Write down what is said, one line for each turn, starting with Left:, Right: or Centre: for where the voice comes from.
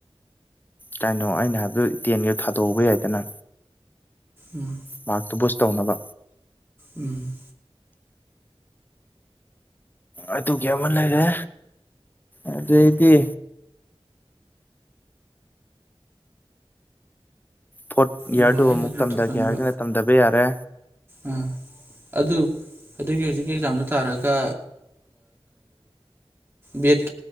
Left: ꯀꯩꯅꯣ ꯑꯩꯅ ꯍꯥꯏꯕꯗ ꯇꯦꯟꯒꯤ ꯊꯥꯗꯣꯛꯍꯧꯕ ꯌꯥꯏꯗꯅ
Right: ꯎꯝ
Left: ꯃꯥꯛꯇ ꯄꯨꯁꯧꯅꯗꯣ
Right: ꯎꯝ
Left: ꯑꯗꯨꯒꯤ ꯑꯃ ꯂꯩꯔꯦ ꯑꯗꯨꯩꯗꯤ ꯐꯣꯔꯠ ꯏꯌꯥꯔꯗꯨ
Right: ꯎꯝ ꯌꯥꯏ
Left: ꯑꯃꯨꯛ
Right: ꯑꯗꯨꯝ
Left: ꯇꯝꯊꯒꯦ
Right: ꯇꯧꯁꯟꯕ
Left: ꯍꯥꯏꯔꯒꯅ ꯇꯝꯊꯕ ꯌꯥꯔꯦ
Right: ꯑꯥ ꯑꯗꯨ ꯑꯗꯨꯒꯤ ꯍꯧꯖꯤꯛꯀꯤ ꯑꯦꯛꯖꯥꯝꯗꯨ ꯊꯥꯔꯒ ꯕꯤꯠ